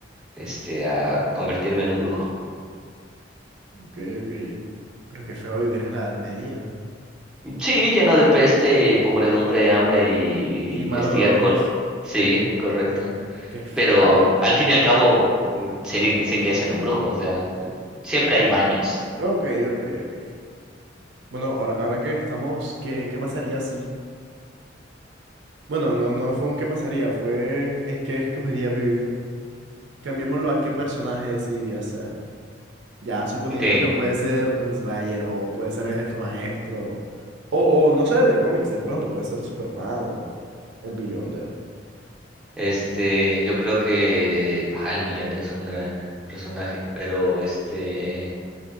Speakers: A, in the centre; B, on the right.
A: este a convertirme en un brujo.
B: Ok, ok. Pero qué feo vivir en la Edad Media.
A: Sí, lleno de peste, pobredumbre, hambre y,
B: Y malos
A: y estiércol.
B: olores.
A: Sí, correcto.
B: Qué feo.
A: Pero al fin y al cabo eh, seri- seguiría siendo un brujo, o sea, siempre hay baños.
B: Ok, ok, ok. Bueno, ahora, ahora que estamos, ¿qué, qué pasaría si? Bueno, no, no fue un qué pasaría, fue en qué escogerías vivir. Cambiémoslo a qué personaje decidirías ser. Ya suponiendo
A: Ok,
B: que puede ser Doomslayer o puede ser el jefe maestro. O, o no sé, de cómics, de pronto puede ser Superman, el Beyonder.
A: este, yo creo que ah, el Villander es un gran personaje, pero este,